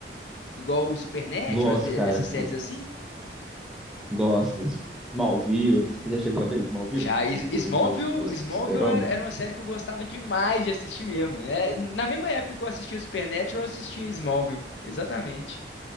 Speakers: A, on the left; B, in the centre.
A: Igual o Supernatural,
B: gosto,
A: esse-
B: cara,
A: essas séries assim?
B: gosto. Smallville, você já chegou a ver Smallville
A: Já, Is-
B: do,
A: Smallville,
B: do, do
A: Smallville
B: Super-Homem?
A: era, era uma série que eu gostava demais de assistir mesmo. É, na mesma época que eu assistia Supernatural, eu assistia Smallville. Exatamente.